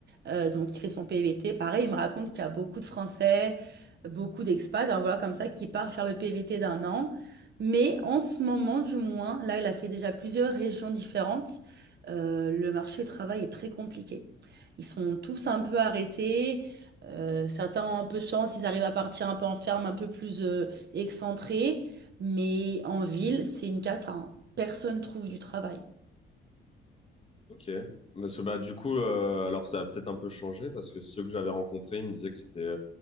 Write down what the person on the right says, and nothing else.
Euh, donc, il fait son PVT. Pareil, il me raconte qu'il y a beaucoup de Français, beaucoup d'expats, hein, voilà, comme ça, qui partent faire le PVT d'un an. Mais en ce moment, du moins, là, il a fait déjà plusieurs régions différentes. Euh, le marché du travail est très compliqué. Ils sont tous un peu arrêtés. Euh, certains ont un peu de chance, ils arrivent à partir un peu en ferme, un peu plus euh, excentrés. Mais en ville, c'est une cata. hein. Personne trouve du travail.